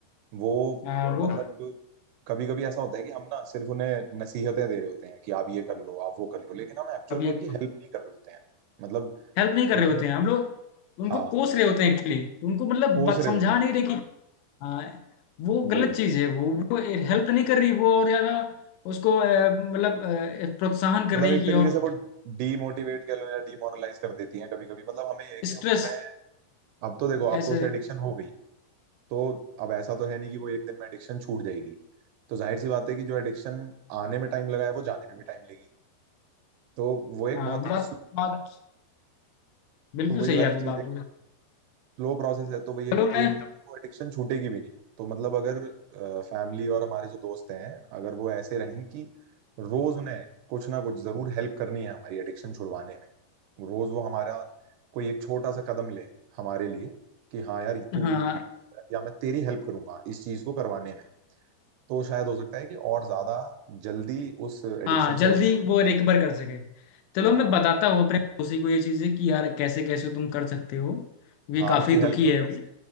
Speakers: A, on the right (about 75°); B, on the left (about 80°).
A: वो
B: हाँ, वो
A: मतलब कभी कभी ऐसा होता है कि हम ना सिर्फ उन्हें नसीहतें दे रहे होते हैं कि आप ये कर लो आप वो कर लो लेकिन हम एक्चुअल
B: अब ये
A: में उनकी हेल्प नहीं कर रहे होते हैं मतलब
B: हेल्प नहीं कर
A: अगर
B: रहे होते
A: मैं
B: हैं हम लोग उनको
A: हाँ
B: कोस रहे होते हैं एक्चुअली उनको मतलब
A: कोस
B: बात
A: रहे
B: समझा
A: होते हैं
B: नहीं रहे कि हाँ वो गलत
A: वही
B: चीज़ है वो वो हेल्प नहीं कर रही वो और ज़्यादा उसको अ, मतलब अ, प्रोत्साहन कर
A: मतलब
B: रही
A: एक
B: कि
A: तरीके
B: और
A: से वो डीमोटिवेट कर लो या डीमोरलाइज कर देती हैं कभी कभी मतलब हमें ये है कि
B: स्ट्रेस
A: हम उन्हें अब तो देखो अब
B: ऐसे
A: तो उसे एडिक्शन हो गई है तो अब ऐसा तो है नहीं कि वो एक दिन में एडिक्शन छूट जाएगी तो जाहिर सी बात है कि जो एडिक्शन आने में टाइम लगा है वो जाने में भी टाइम लेगी तो वो एक
B: हाँ
A: बहुत
B: बात
A: ही slow-
B: बात बिल्कुल
A: तो वही
B: सही
A: वाली
B: है आपकी
A: चीज
B: बात
A: है स्लो प्रोसेस है तो वही है
B: चलो
A: कि
B: मैं
A: एक दिन में वो एडिक्शन छूटेगी भी नहीं तो मतलब अगर फैमिली और हमारे जो दोस्त हैं अगर वो ऐसे रहें कि रोज उन्हें कुछ ना कुछ जरूर हेल्प करनी है हमारी एडिक्शन छुड़वाने में रोज वो हमारा कोई एक छोटा सा कदम ले हमारे लिए कि हाँ यार तू
B: हाँ
A: या मैं तेरी हेल्प करूंगा इस चीज को करवाने में तो शायद हो सकता है कि और ज्यादा जल्दी उस एडिक्शन
B: हाँ जल्दी
A: से रिकवर
B: वो रिकवर कर सके चलो
A: हाँ
B: मैं बताता हूँ अपने पड़ोसी को ये चीज़ें कि यार कैसे कैसे तुम कर सकते हो ये
A: हाँ आप
B: काफ़ी
A: उसकी
B: दुखी
A: हेल्प करो
B: है वो
A: ऐसे